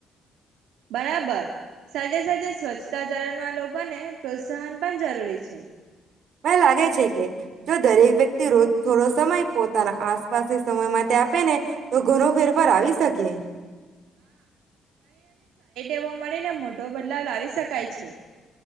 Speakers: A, on the right; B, on the right.
A: બરાબર સજે સે સ્વચ્છતા જલન વા બને પ્રોત્સાહન પણ જરૂરી છે
B: મે લાગે છે કે જો દરેક વ્યક્તિ રોજ થોડો સમય પોતાના આસપાસ સમય માટે આપે ને તો ઘણ ફેરફાર આવી શકે
A: એવ મળીને મોટો બદલાવ લાવી શકાય છે